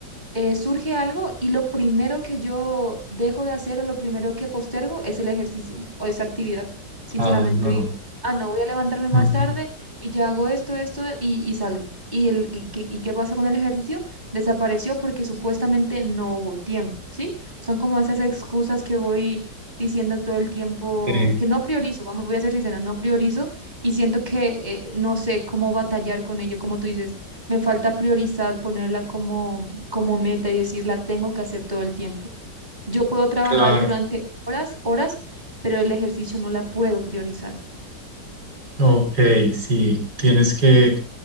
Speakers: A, on the right; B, on the right.
A: eh, surge algo y lo primero que yo dejo de hacer o lo primero que postergo es el ejercicio o esa actividad. Sinceramente
B: Ah, no.
A: digo, ah, no, voy a levantarme más
B: Mm,
A: tarde y ya hago esto, esto y, y salgo. ¿Y, el, y, qué y qué pasa con el ejercicio? Desapareció porque supuestamente no hubo tiempo, ¿sí? Son como esas excusas que voy diciendo todo el tiempo,
B: Sí.
A: que no priorizo, vamos, voy a ser sincera, no priorizo y siento que eh, no sé cómo batallar con ello, como tú dices me falta priorizar, ponerla como, como meta y decir, la tengo que hacer todo el tiempo. Yo puedo trabajar
B: claro.
A: durante horas, horas, pero el ejercicio no la puedo priorizar.
B: Ok, sí, tienes que,